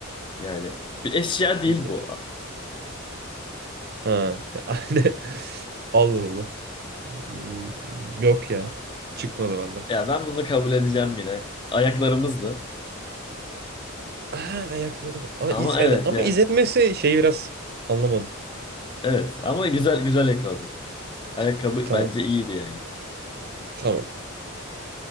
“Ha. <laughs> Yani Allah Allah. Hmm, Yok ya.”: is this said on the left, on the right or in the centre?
Right